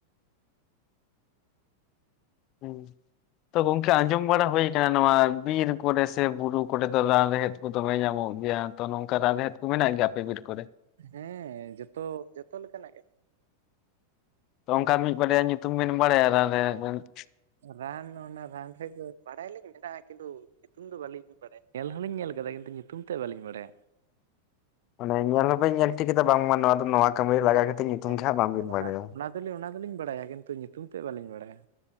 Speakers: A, on the left (about 40°); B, on the right (about 60°).
A: ᱦᱩᱸ ᱛᱚ ᱜᱚᱝᱠᱮ ᱟᱸᱡᱚᱢ ᱵᱟᱲᱟ ᱦᱳᱭ ᱱᱚᱣᱟ ᱵᱤᱨ ᱠᱚᱨᱮ ᱥᱮ ᱵᱩᱨᱩ ᱠᱚᱨᱮ ᱫᱚ ᱨᱟᱱ ᱨᱮᱦᱮᱫ ᱠᱚ ᱫᱚᱢᱮ ᱧᱟᱢᱚᱜ ᱜᱮᱭᱟ ᱛᱚ ᱱᱚᱝᱠᱟ ᱨᱟᱱ ᱨᱮᱦᱮᱫ ᱢᱮᱱᱟᱜ ᱜᱮᱭᱟ ᱟᱯᱮ ᱵᱤᱨ ᱠᱚᱨᱮ
B: ᱦᱮᱸ ᱡᱚᱛᱚ ᱡᱚᱛᱚ ᱞᱮᱠᱟᱱᱟᱜ ᱜᱮ ᱜᱮᱭᱟ᱾
A: ᱛᱚ ᱚᱱᱠᱟ ᱢᱤᱫ ᱵᱟᱨᱭᱟ ᱧᱩᱛᱩᱢ ᱵᱮᱱ ᱵᱟᱲᱟᱭᱟ ᱨᱟᱱ ᱨᱮᱦᱮᱫᱽ ᱨᱮᱱᱟᱜ
B: ᱨᱟᱱ ᱚᱱᱟ ᱨᱟᱱ ᱨᱮᱦᱮᱫ ᱠᱚ ᱫᱚ ᱵᱟᱲᱟᱭᱟᱞᱤᱧ ᱢᱮᱱᱟᱜᱼᱟ ᱠᱤᱱᱛᱩ ᱧᱩᱛᱩᱢ ᱫᱚ ᱵᱟᱞᱤᱧ ᱵᱟᱲᱟᱭᱟ ᱧᱮᱞ ᱦᱚᱸᱞᱤᱧ ᱧᱮᱞ ᱠᱟᱫᱟ ᱠᱤᱱᱛᱩ ᱧᱩᱛᱩᱢ ᱛᱮᱫ ᱵᱟᱹᱞᱤᱧ ᱵᱟᱲᱟᱭᱟ
A: ᱢᱟᱱᱮ ᱧᱮᱞ ᱦᱚᱸᱵᱤᱱ ᱧᱮᱞ ᱴᱷᱤᱠ ᱮᱫᱟ ᱵᱟᱝᱢᱟ ᱱᱚᱣᱟ ᱫᱚ ᱱᱚᱣᱟ ᱠᱟᱹᱢᱤ ᱨᱮ ᱞᱟᱜᱟᱜᱼᱟ ᱠᱤᱱᱛᱩ ᱧᱩᱛᱩᱢ
B: ᱦᱮᱸ
A: ᱜᱮ ᱦᱟᱸᱜ ᱵᱟᱝ ᱵᱤᱱ
B: ᱚᱱᱟ
A: ᱵᱟᱲᱟᱭᱟ
B: ᱚᱱᱟ ᱚᱱᱟ ᱫᱚᱞᱤᱧ ᱵᱟᱲᱟᱭᱟ ᱠᱤᱱᱛᱩ ᱧᱩᱛᱩᱢ ᱛᱮᱫ ᱵᱟᱹᱞᱤᱧ ᱵᱟᱲᱟᱭᱟ